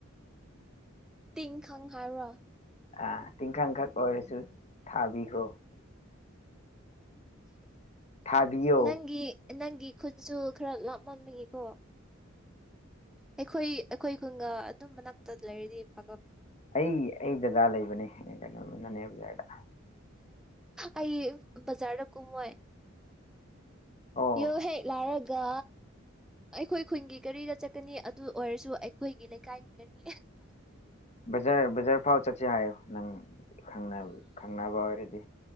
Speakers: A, in the centre; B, on the left.
A: ꯇꯤꯡ ꯈꯪ ꯍꯥꯏꯕ꯭ꯔꯣ
B: ꯑ ꯇꯤꯡꯈꯥꯡꯡꯈꯛ ꯑꯣꯏꯔꯁꯨ ꯊꯥꯕꯤꯈ꯭ꯔꯣ
A: <inaudible>
B: ꯊꯥꯕꯤꯌꯣ
A: ꯅꯪꯒꯤ ꯅꯪꯒꯤ ꯈꯨꯟꯁꯨ ꯈꯔ ꯂꯥꯞꯃꯟꯅꯤꯡꯉꯀꯣ ꯑꯩꯈꯣꯏ ꯑꯩꯈꯣꯏ ꯈꯨꯟꯒ ꯑꯗꯨꯝ ꯃꯅꯥꯛꯇ ꯂꯩꯔꯗꯤ ꯐꯥꯒꯞ
B: ꯑꯩ ꯑꯩ ꯗꯗꯥ ꯂꯩꯕꯅꯦ ꯀꯩꯅꯣꯅꯅꯦ ꯕꯖꯥꯔꯗ
A: ꯑꯩ ꯕꯖꯥꯔꯗ ꯀꯨꯝꯃꯣꯏ
B: ꯑꯣ
A: ꯌꯣ ꯍꯦꯛ ꯂꯥꯔꯒ ꯑꯩꯈꯣꯏ ꯈꯨꯟꯒꯤ ꯀꯔꯤꯗ ꯆꯠꯀꯅꯤ ꯑꯗꯨ ꯑꯣꯏꯔꯁꯨ ꯑꯩꯈꯣꯏꯒꯤ ꯂꯩꯀꯥꯏꯒꯤ ꯀꯔꯤ
B: ꯕꯖꯔ ꯕꯖꯥꯔ ꯐꯥꯎ ꯆꯠꯁꯤꯦ ꯍꯥꯏꯌꯣ ꯅꯪ ꯈꯪꯅꯕ ꯈꯪꯅꯕ ꯑꯣꯏꯔꯗꯤ